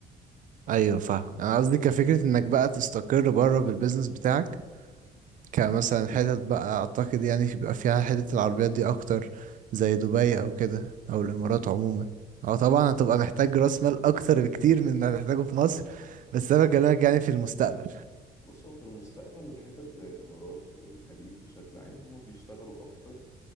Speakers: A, on the right; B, on the left.
A: ايوه فاهم انا قصدي كفكرة انك بقى تستقر بره بالبزنس بتاعك كمثلا حتت بقى اعتقد يعني في- بيبقى فيها حتت العربيات دي اكتر زي دبي او كده او الامارات عموما اه طبعا هتبقى محتاج راس مال اكتر بكتير من اللي هتحتاجه في مصر بس انا بكلمك يعني في المستقبل
B: بص هو في المستقبل حتت زي الإمارات والخليج بشكل عام هم بيشتغلوا أكتر